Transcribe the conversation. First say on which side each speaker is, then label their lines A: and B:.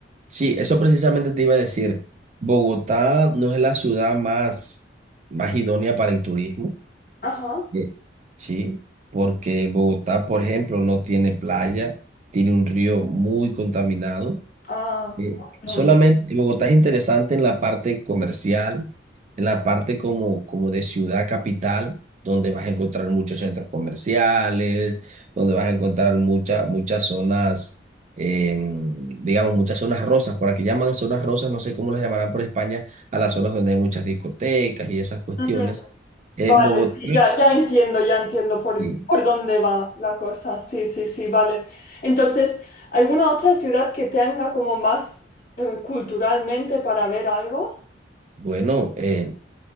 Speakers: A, on the right; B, on the left.
A: sí, eso precisamente te iba a decir. Bogotá no es la ciudad más, más idónea para el turismo
B: Ajá.
A: Eh, Sí, porque Bogotá, por ejemplo, no tiene playa, tiene un río muy contaminado.
B: Ah,
A: Eh,
B: no,
A: solamente
B: no.
A: Bogotá es interesante en la parte comercial, en la parte como, como de ciudad capital, donde vas a encontrar muchos centros comerciales, donde vas a encontrar muchas muchas zonas, em, digamos, muchas zonas rosas, por aquí llaman zonas rosas, no sé cómo las llamarán por España, a las zonas donde hay muchas discotecas y esas cuestiones.
B: Mm,
A: Eh,
B: Vale,
A: Bogotá.
B: sí, ya, ya entiendo, ya entiendo por,
A: sí,
B: por dónde va la cosa. Sí, sí, sí, vale. Entonces, ¿alguna otra ciudad que tenga como más eh, culturalmente para ver algo?
A: Bueno, eh,